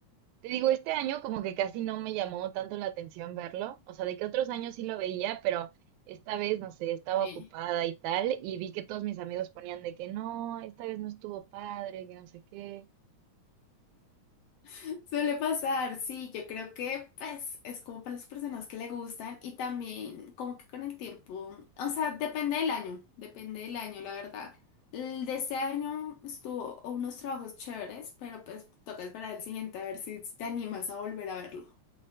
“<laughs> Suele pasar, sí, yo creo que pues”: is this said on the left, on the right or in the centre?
Left